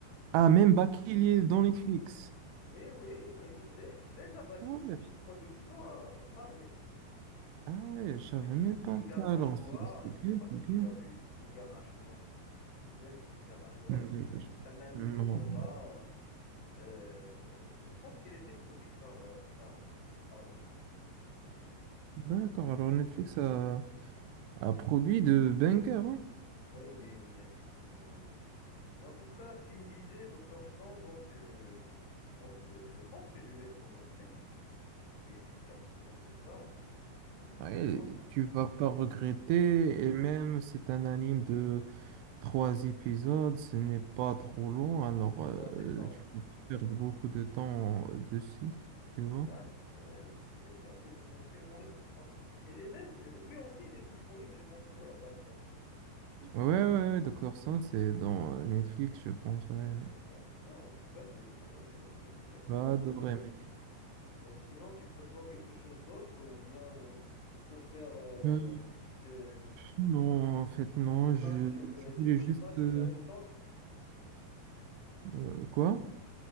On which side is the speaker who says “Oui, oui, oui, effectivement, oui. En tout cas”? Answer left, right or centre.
Left